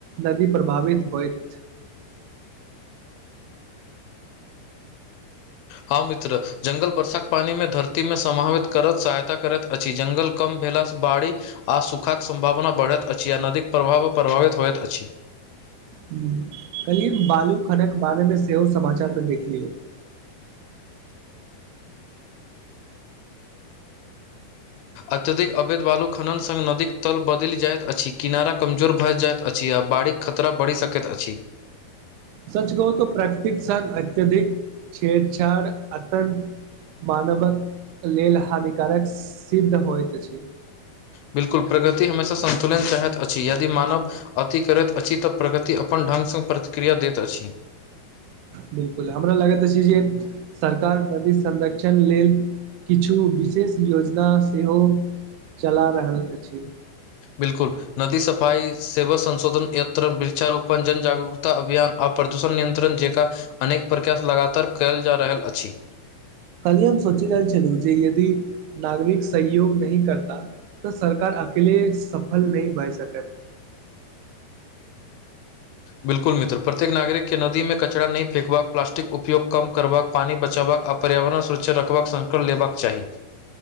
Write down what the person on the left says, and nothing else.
हँ मित्र जंगल वर्षाक पानी मे धरती मे समावित करत सहायता करैत अछि। जंगल कम भेलास बाढ आ सुखाक सम्भावना बढ़ैत अछि आ नदीके प्रवाहो प्रभावित होयत अछि
अत्यधिक अवैध बालु खन्ना संग नदीक तल बदलि जाइत अछि किनारा कमजोर भए जाइत अछि आ बाढ़िक खतरा बढ़ि सकैत अछि
बिल्कुल प्रगति हमेशा सन्तुलन चाहैत अछि यदि मानव अति करैत अछि तऽ प्रगति अपन ढंगसँ प्रतिक्रिया दैत अछि
बिलकुल नदी सफाई सेवा संशोधन यत्र वृक्षारोपन जनजगरूकता अभियान आ प्रदूषण नियन्त्रण जकाँ अनेक प्रकास लगातार कयल जा रहल अछि
बिल्कुल मित्र प्रत्येक नागरिक के नदी मे कचड़ा नहि फेकबाक, प्लास्टिक उपयोग कम करबाक, पानी बचबाक आ पर्यावरण सुरक्षा रखबाक संकल्प लेबाक चाही।